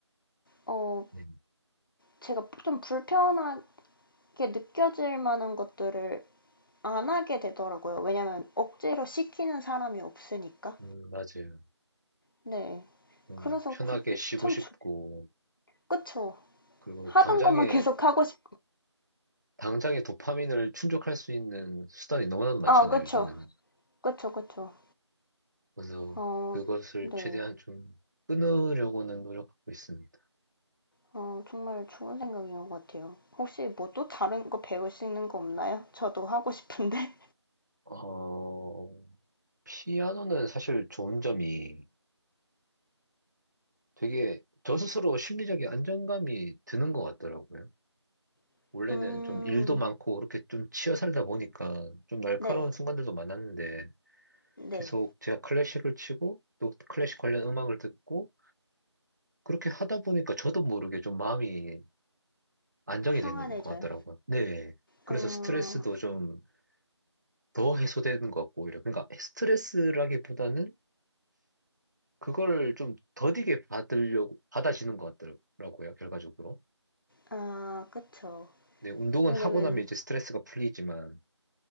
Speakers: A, on the left; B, on the right.
A: 어,
B: 네네.
A: 제가 좀 불편하게 느껴질 만한 것들을 안 하게 되더라고요. 왜냐면 억지로 시키는 사람이 없으니까.
B: 음, 맞아요.
A: 네.
B: 좀
A: 그래서
B: 편하게
A: 그게
B: 쉬고
A: 참
B: 싶고,
A: 좋, 그쵸.
B: 그리고
A: 하던
B: 당장에,
A: 것만 <laughs> 계속 하고 싶,
B: 당장에 도파민을 충족할 수 있는 수단이 너무나도 많잖아요,
A: 아, 그쵸.
B: 요즘은.
A: 그쵸, 그쵸.
B: 그래서
A: 어,
B: 그것을
A: 네.
B: 최대한 좀 끊으려고는 노력하고 있습니다.
A: 어, 정말 좋은 생각인 것 같아요. 혹시 뭐 또 다른 거 배울 수 있는 거 없나요? 저도 하고 싶은데.
B: 어, 피아노는 사실 좋은 점이 되게 저 스스로 심리적인 안정감이 드는 것 같더라고요.
A: <laughs>
B: 원래는
A: 음,
B: 좀 일도 많고 그렇게 좀 치여 살다 보니까 좀 날카로운
A: 네,
B: 순간들도 많았는데
A: 네.
B: 계속 제가 클래식을 치고 또 클래식 관련 음악을 듣고 그렇게 하다 보니까 저도 모르게 좀 마음이 안정이
A: 평안해져요.
B: 되는 것 같더라고요. 네. 그래서
A: 어,
B: 스트레스도 좀 더 해소되는 것 같고 오히려 그러니까 스트레스라기보다는 그걸 좀 더디게 받으려고, 받아지는 것 같더라고요, 결과적으로.
A: 아, 그쵸.
B: 네 운동은
A: 왜냐면,
B: 하고 나면 이제 스트레스가 풀리지만,